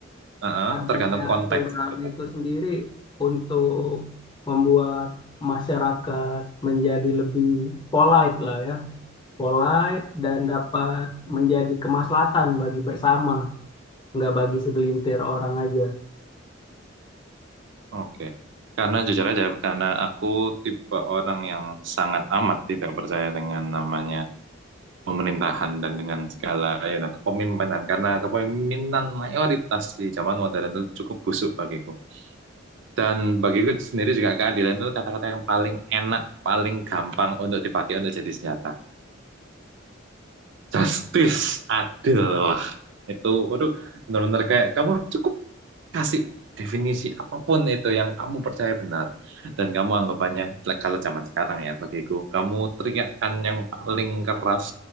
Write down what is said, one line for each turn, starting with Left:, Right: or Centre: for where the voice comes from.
Right: eh, eh,
Left: adanya
Right: tergantung konteks
Left: aturan
Right: gitu.
Left: itu sendiri untuk membuat masyarakat menjadi lebih polite lah ya. Polite dan dapat menjadi kemaslahatan bagi bersama, enggak bagi segelintir orang aja.
Right: Oke. Karena jujur aja, karena aku tipe orang yang sangat amat tidak percaya dengan namanya pemerintahan dan dengan segala ya nah, kepemimpinan. Karena kepemimpinan mayoritas di zaman modern itu cukup busuk bagiku. Dan bagiku sendiri juga keadilan itu kata-kata yang paling enak, paling gampang untuk dipakai untuk jadi senjata. Justice, adil, wah. Itu, waduh, benar-benar kayak kamu cukup kasih definisi apapun itu yang kamu percaya benar dan kamu anggapannya like, kalau zaman sekarang ya bagiku kamu teriakkan yang paling keras